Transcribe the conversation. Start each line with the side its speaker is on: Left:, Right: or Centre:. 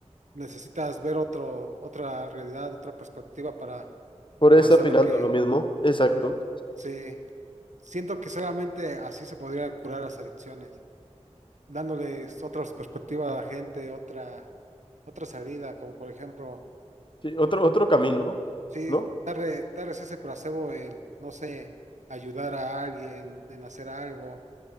Right: necesitas ver otro, otra realidad, otra perspectiva para,
Left: Por ahí
Right: para
Left: está
Right: saber
Left: opinando
Right: que
Left: lo mismo, exacto.
Right: sí. Siento que solamente así se podría curar las adicciones, dándoles otras perspectivas a la gente, otra, otra salida, como por ejemplo.
Left: Sí, otro, otro camino,
Right: Sí,
Left: ¿no?
Right: darle, darles ese placebo en, no sé, ayudar a alguien, en hacer algo.